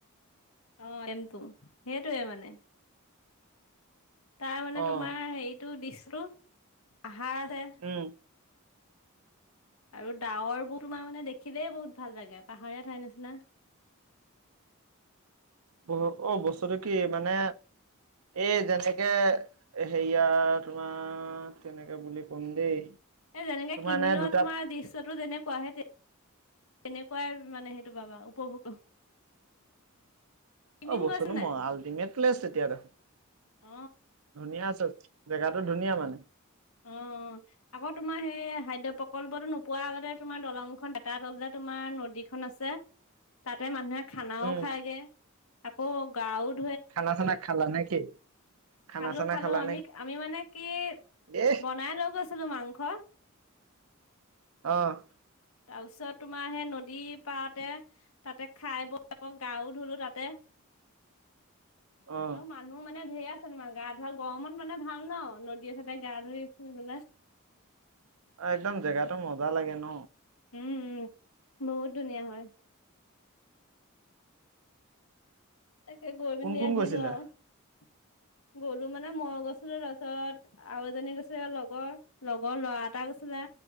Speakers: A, on the left; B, on the right.
A: অ এমটোো সেইটোে মানে তাৰ মানে
B: অ',
A: তোমাৰ হেৰিটো দিছো আহাৰ আছে।
B: উম,
A: আৰু ডাৱৰবোৰ তোমাৰ মানে দেখিলেই বহুত ভাল জাগে পাহাৰীয়া ঠাইৰ নিচিনা। <inaudible>
B: বহু অ বস্তুটো কি মানে এ যেনেকে হেৰিয়া তোমাৰ তেনেকে বুলি কম দেই
A: এ যেনেকে
B: তোমাৰ
A: কিমিনৰ
B: এনে দুটা
A: তোমাৰ দৃশ্যটোো যেনেকুৱাহে তেনেকুৱাই মানে সেইটো বাবা উপভোগ। কিমিন
B: অ', বস্তুটোো
A: গৈছে নাই
B: মই আল্টিমেট তেতিয়া দেখোন
A: অ',
B: ধুনীয়া আছে। জেগটো ধুনীয়া মানে।
A: অ', আকৌ তোমাৰ সেই খাদ্য প্ৰকল্পটো নোপোৱাৰ আগতে তোমাৰ দলংখন। তাত হললে তোমাৰ নদীখন আছে তাতে মানুহে। খানাও
B: উম।
A: খাইগে আকৌ গাঁওত।
B: খালাচ না খালা নেকি। খানা
A: খালো
B: চানা
A: খালো
B: খালা
A: আমি আমি মানে কি
B: এহ
A: বনাই লৈ গৈছো। ছিলো মাংস।
B: অ'।
A: তাৰ পিছত তোমাৰ সেই নদী পাৰতে তাতে খাই বৈ আকৌ গাও ধুলো তাতে।
B: অ',
A: আৰু মানুহ মানে ধেয়া। তোমাৰ গা ধোৱা গৰমত মানে ভাল ন নদীয়ে চতে গা ধুই থুই পেলাই।
B: অ', একদম জেগাতটো মজা লাগে ন।
A: উম, উম বহুত ধুনীয়া হয়। তাকে গৈ পিনি
B: কোন কোন
A: আহিলো
B: গৈছিলা?
A: আৰু। গ'লো মানে মই গৈছিলো তাৰপিছত আৰু এজনী গৈছিল লগৰ লগৰ ল'ৰা এটা না